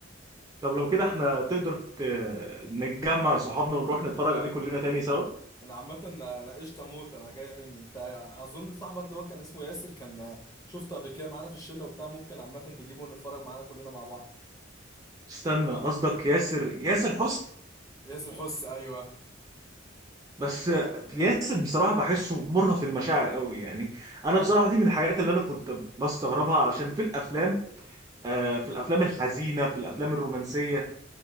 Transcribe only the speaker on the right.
طب لو كده احنا تقدر ت- نتجمع صحابنا ونروح نتفرج عليه كلنا تاني سوا
استنى قصدك ياسر ياسر حسني
بس آه، ياسر بصراحة بحسه مرهف المشاعر قوي يعني انا بصراحة دي من الحاجات اللي انا كنت بستغربها عشان في الافلام آه، في الافلام الحزينه في الافلام الرومانسيه